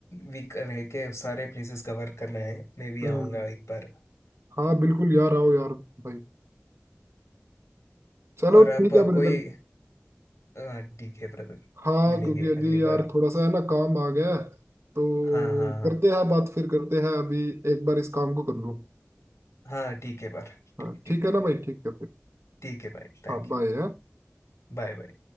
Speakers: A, on the left; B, on the right.
A: वीक रह के सारे प्लेसेस कवर करना है मैं भी
B: हम्म
A: आऊंगा एक बार
B: हाँ बिल्कुल यार आओ यार भाई चलो
A: और आप
B: ठीक है ब्रदर
A: कोई अ, ठीक है ब्रदर
B: हाँ
A: मिलेंगे
B: क्योंकि अभी
A: अगली
B: यार
A: बार
B: थोड़ा सा है ना काम आ गया है, तो
A: हाँ हाँ हाँ
B: करते हैं बात फिर करते हैं अभी एक बार इस काम को कर लूँ
A: हाँ ठीक है बार ठीक
B: हाँ
A: ठीक
B: ठीक है ना
A: है,
B: भाई ठीक है फिर
A: ठीक है भाई थैंक
B: हाँ बाय
A: यू Bye bye